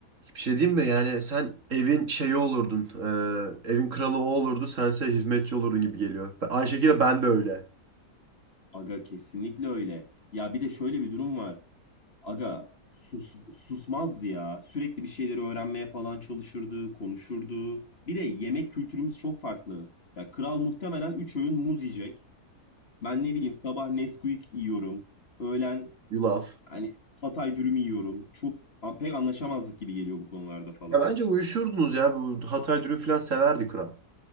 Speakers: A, on the right; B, on the left.
A: Bir şey diyeyim mi? Yani sen evin şeyi olurdun. Ee, evin kralı o olurdu. Sense hizmetçi olurdun gibi geliyor. Ben- Aynı şekilde ben de öyle.
B: Aga kesinlikle öyle. Ya bir de şöyle bir durum var. Aga sus, susmazdı ya. Sürekli bir şeyleri öğrenmeye falan çalışırdı, konuşurdu. Bir de yemek kültürümüz çok farklı. Ya kral muhtemelen 3 öğün muz yiyecek. Ben ne bileyim sabah Nesquik yiyorum. Öğlen
A: Yulaf.
B: hani Hatay dürüm yiyorum. Çok a- pek anlaşamazlık gibi geliyor bu konularda falan.
A: Ya bence uyuşurdunuz ya. Bu Hatay dürüm falan severdi kral.